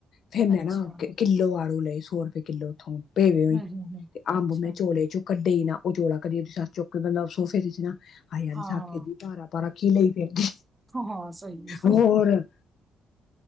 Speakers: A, on the left (about 65°); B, on the right (about 15°).
A: ਫੇਰ ਮੈਂ
B: ਅੱਛਾ
A: ਨਾ ਕਿੱਲੋ ਆੜੂ ਲਈਏ ਸੌ ਰੁਪਏ ਕਿੱਲੋ ਉੱਥੋਂ ਪੇਵੇ ਹੋਈ
B: ਹਮ ਹਮ ਹਮ
A: ਤੇ ਅੰਬ
B: ਅੱਛਾ
A: ਮੈਂ ਝੋਲੇ ਚ। ਕੱਢੇ ਈ ਨਾ ਉਹ ਝੋਲਾ ਕਰੀ ਉਹਦੀ ਸਸ ਚੁੱਕ ਬੰਦਾ ਸੋਫੇ ਦੇ ਨਾ ਆਇਆ ਨ
B: ਹਾਂ
A: ਸਾਖੇ ਦੀ ਭਾਰਾ। ਆਪਾ ਰੱਖੀ ਲਈ ਫਿਰਦੇ
B: ਹਾਂ ਸਹੀ ਗੱਲ
A: ਹੋਰ।